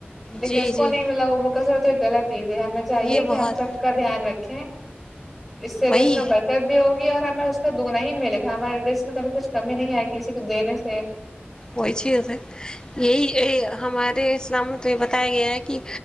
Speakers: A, in the centre; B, on the left (about 20°).
A: لیکن
B: جی
A: اس
B: جی
A: کو نہیں ملا وہ وہ کس تو غلط چیزیں ہمیں چاہیے
B: یہ
A: کہ
B: بہت
A: ہم سب کا دھیان رکھیں اس سے
B: وہی
A: لیے اس میں برکعت بھی ہوگی ہمیں اس کا دگنا ہی ملے گا ہمارے ڈس میں کبھی کچھ کمی نہیں آئے کسی کو دینے سے
B: وہی چیے یہی ہمارے اسلام یہ بتایا گیا ہے کہ